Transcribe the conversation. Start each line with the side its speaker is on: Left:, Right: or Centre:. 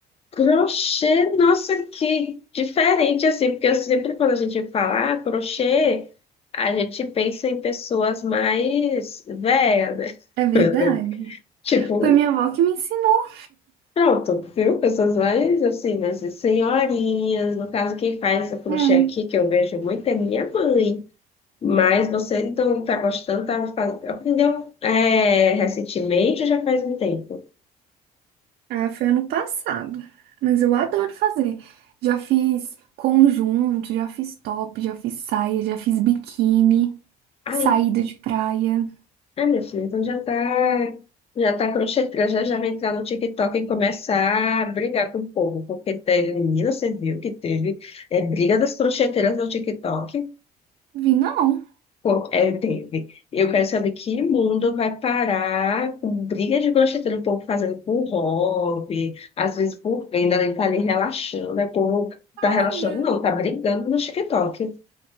Left: crochê, nossa, que diferente, assim, porque eu sempre quando a gente fala ah, crochê, a gente pensa em pessoas mais velhas,
Right: É verdade.
Left: né? <laughs> Tipo,
Right: Foi minha avó que me ensinou.
Left: Pronto, viu? Pessoas mais assim, mas senhorinhas, no caso, quem faz essa crochê
Right: É.
Left: aqui, que eu vejo muito, é minha mãe. Mas você então tá gostando, tá, fa- aprendeu é, recentemente ou já faz um tempo?
Right: Ah, foi ano passado. Mas eu adoro fazer. Já fiz conjunto, já fiz top, já fiz saia, já fiz biquíni,
Left: Ai,
Right: saída de praia.
Left: ai, meu filho, então já tá, já tá crochetando, já, já vai entrar no TikTok e começar a brigar com o povo, porque teve, menina, você viu que teve é, briga das crocheteiras no TikTok?
Right: Vi não.
Left: Pô, É, teve. Eu quero saber que mundo vai parar com briga de brocheteiro, o povo fazendo por hobby, às vezes por venda, ele tá ali relaxando, né o povo
Right: Ai,
Left: tá relaxando,
Right: ai.
Left: não, tá brigando no TikTok.